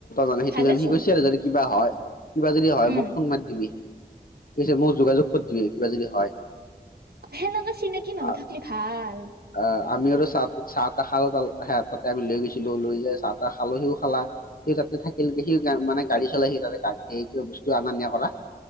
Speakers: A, on the left (about 60°); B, on the right (about 70°).
A: জানে সেইটো
B: ভালেচোন
A: কাৰণে সি কৈছে আৰু যদি কিবা হয় কিবা যদি হয়
B: উম,
A: মোক ফোন মাৰি দিবি। কৈছে মোক যোগাযোগ কৰি দিবি কিবা যদি হয়।
B: সেনেকে চিনাকি মানুহ
A: আ-
B: থাকিলে ভাল।
A: আহ, আমি আৰু চাহ চাহ-তাহ খাল সেহেতৰ তাতে আমি লৈ গৈছিলো লৈ যাই চাহ-তাহ খালো সিও খালা। সি তাতে থাকিলগে সি মানে গাড়ী চলাই সি তাতে সেই বস্তু অনা নিয়া কৰা।